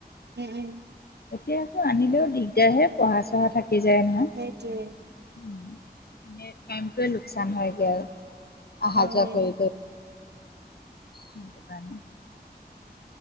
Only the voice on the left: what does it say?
এতিয়া আকৌ আনিলেও দিগদাৰ হে পঢ়া চঢ়া থাকে। হৈ যায় নহয়।
মানে কাইমটোৱে লোকচান হয়গে আৰু আহ
হ যা কৰি ক নটো তানে?